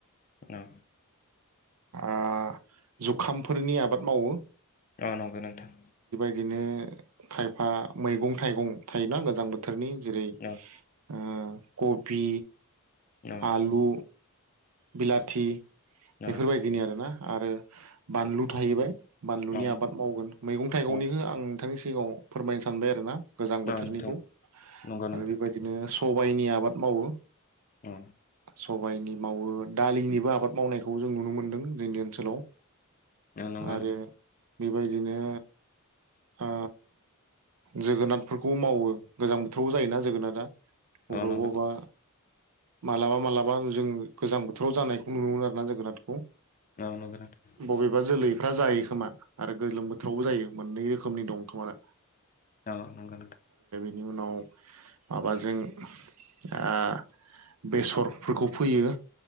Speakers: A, on the left; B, on the right.
A: औ
B: ओ जुखामफोरनि आबाद मावो
A: औ नंगौ नोंथां।
B: बिदिनो खायफा मैगं थाइगं थायोना गोजां बोथोर फोरनि जेरै।
A: न
B: ओ कपि
A: औ
B: आलु बिलाथि। बेफोरबायदिनि
A: औ
B: आरोना आरो बानलु थाहैबाय बानलुनि
A: औ
B: आबाद मावगोन मैगं थाइगंनिखौ
A: औ
B: आं। नोंथांनि सिगाङाव फोरमायनो सानबाय आरो ना गोजां
A: नोंथां
B: बोथोरनिखौ
A: नंगौ नोंथां
B: आरो बेबायदिनो। सबायाइनि आबाद मावो
A: औ
B: सबायनि। मावो दालिनिबो आबाद मावनायखौ जों नुनो मोन्दों जोंनि ओनसोलाव
A: औ नंगौ
B: आरो
A: नोंथां
B: बेबायदिनो ओ जोगोनारफोरखौ मावो गोजां बोथोराव जायोना जोगोनादा ब'बा
A: औ नंगौ
B: ब'बा
A: नोंथां
B: मालाबा मालाबा जों गोजां बोथोराव जानायखौ नुनो मोनो आरो ना जोगोनारखौ।
A: औ नंगौ नोंथां
B: <inaudible> बबेबा जोलै बिफ्रा जायो खोमा। आरो गोलोम बोथोरावबो जायो मोननै रोखोमनि दंथ' आरो
A: औ नंगौ नोंथां।
B: बेनि उनाव माबाजों आ बेसरफोरखौ फोयो।